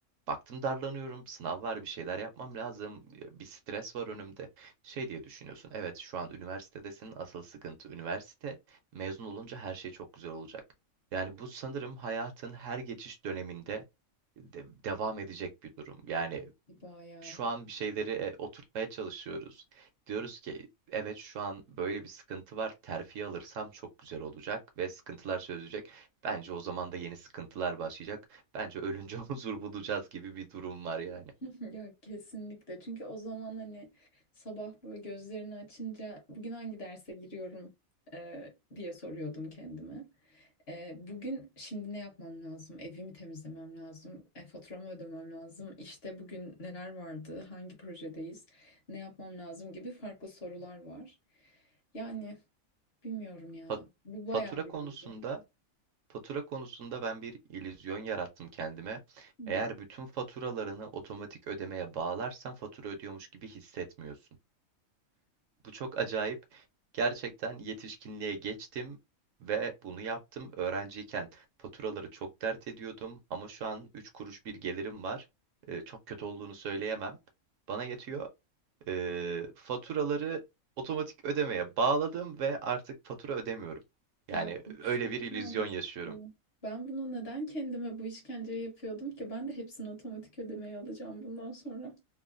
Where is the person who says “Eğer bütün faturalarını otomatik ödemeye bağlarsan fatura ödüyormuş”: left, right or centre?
Right